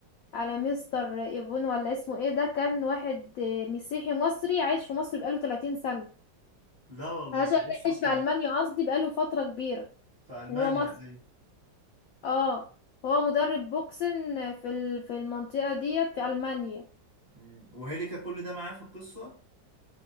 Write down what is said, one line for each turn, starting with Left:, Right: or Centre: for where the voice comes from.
Left: على مستر ايفون ولا اسمه ايه ده كان واحد آه، مسيحي مصري عايش في مصر بقاله 30 سنة
Right: لا والله
Left: عشان
Right: ده ايه الصدفة
Left: عايش في ألمانيا
Right: دي
Left: قصدي بقاله فترة كبيرة
Right: في ألمانيا
Left: وهو مصري
Right: ايوه
Left: اه هو مدرب بوكسن في ال... في المنطقة ديت في ألمانيا
Right: مم. وهيليكا كل ده معاه في القصة